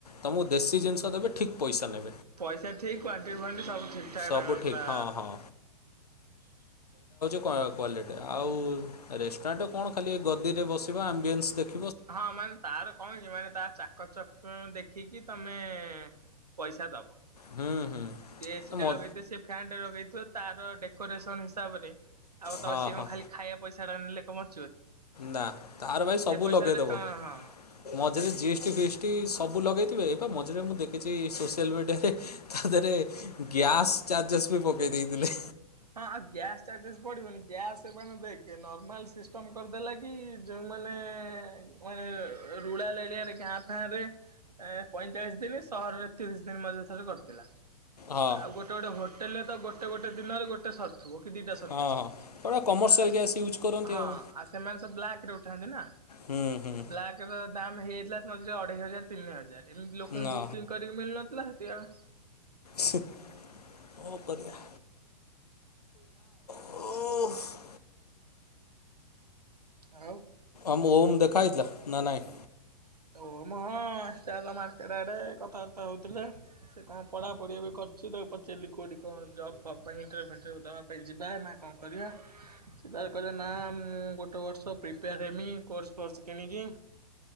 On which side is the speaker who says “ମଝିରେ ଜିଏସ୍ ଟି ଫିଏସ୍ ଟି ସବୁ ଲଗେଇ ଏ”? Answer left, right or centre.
Left